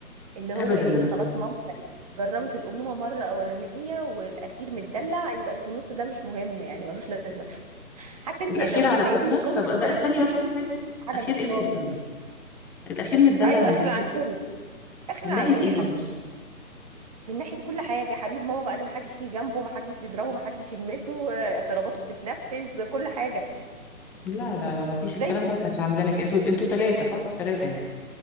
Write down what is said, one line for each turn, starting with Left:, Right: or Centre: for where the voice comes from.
Right: اللي هو
Centre: ابدا
Right: ايه
Centre: والله
Right: خلاص ماما بقت جربت الامومه مره اولانيه والاخير متدلع يبقى اللي في النص ده مش مهم يعني ملوش لازمه حتى انت
Centre: الاخير
Right: لو
Centre: على
Right: لقيتي
Centre: فكره
Right: الكوميكس
Centre: طب ده
Right: ثلاث
Centre: استني
Right: ارباع
Centre: بس
Right: كوميكس
Centre: استني
Right: على
Centre: الاخير
Right: الوسطاني
Centre: ايه اللي متدلع الاخير متدلع
Right: ايوه
Centre: من
Right: اخر
Centre: ناحيه
Right: العنقود اخر
Centre: من
Right: العنقود
Centre: ناحيه ايه
Right: يا حبيبتي
Centre: معلش
Right: من ناحية كل حاجة حبيب ماما بقى اللي محدش يجي جنبه محدش يضربه محدش يلمسه آه، اضطراباته بتتنفذ كل حاجة
Centre: لا لا لا ما فيش
Right: دايما
Centre: الكلام ده ما كانش عندنا ك- انتوا انتوا ثلاثه صح ثلاثه يعني